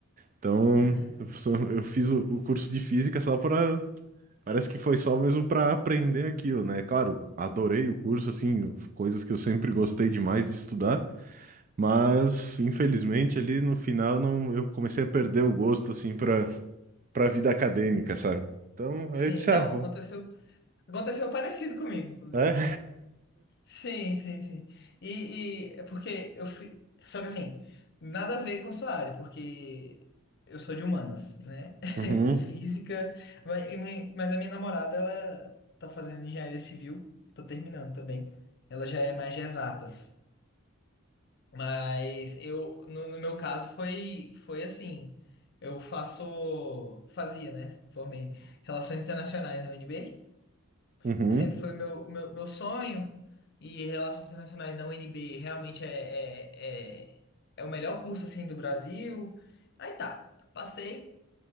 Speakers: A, on the right (about 40°); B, on the left (about 50°).
A: Então
B: Uhum.
A: eu, sou- eu fiz o, o curso de física só para Parece que foi só mesmo para aprender aquilo, né? Claro, adorei o curso, assim, coisas que eu sempre gostei demais de estudar, mas, infelizmente, ali no final não, eu comecei a perder o gosto, assim, para para vida acadêmica,
B: Sim.
A: sabe? Então,
B: Sim,
A: aí eu disse,
B: não,
A: ah, vou-
B: aconteceu, aconteceu parecido comigo, inclusive.
A: é?
B: Sim, sim, sim. E, e é porque eu fui. Só que assim, nada a ver com sua área, porque eu sou de humanas, né?
A: <laughs>
B: <laughs>
A: Uhum,
B: E física. Mas e mi- mas a minha namorada, ela tá fazendo engenharia civil, tô terminando também. Ela já é mais de exatas. Mas eu, no, no meu caso, foi, foi assim. Eu faço. Fazia, né? Formei Relações Internacionais na UNB
A: uhum,
B: sempre foi o meu, o meu, meu sonho, e Relações Internacionais da UNB realmente é, é, é, é o melhor curso assim do Brasil. Aí tá, passei,